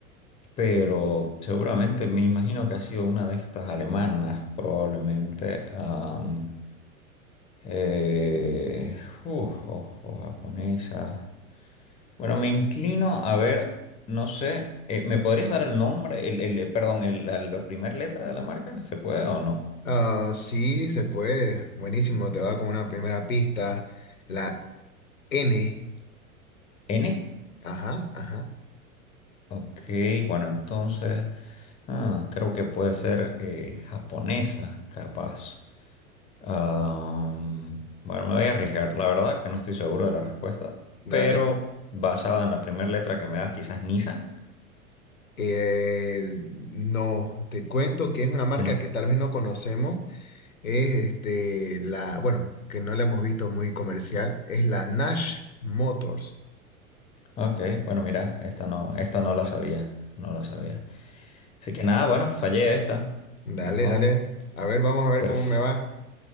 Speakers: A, on the left; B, on the left.
A: pero seguramente me imagino que ha sido una de estas alemanas, probablemente, am, eh, uf, o, o japonesa. Bueno, me inclino a ver, no sé, eh, ¿me podrías dar el nombre, el, el- perdón, el- la, la primera letra de la marca? ¿Se puede o no?
B: Ah, sí, se puede. Buenísimo, te va con una primera pista. La N.
A: ¿N?
B: Ajá, ajá.
A: Ok, bueno, entonces ah, creo que puede ser eh, japonesa, capaz. Am, bueno, me voy a arriesgar, la verdad que no estoy seguro de la respuesta,
B: Dale.
A: pero basada en la primera letra que me das, quizás Nissan,
B: Eh, no, te cuento que es una marca
A: ¿no?
B: que tal vez no conocemos. Es este, la, bueno, que no la hemos visto muy comercial. Es la Nash Motors.
A: Ok, bueno, mira, esta no, esta no la sabía, no la sabía. Así que nada, bueno, fallé esta,
B: Dale,
A: ni modo.
B: dale. A ver, vamos a ver
A: Perf-
B: cómo me va.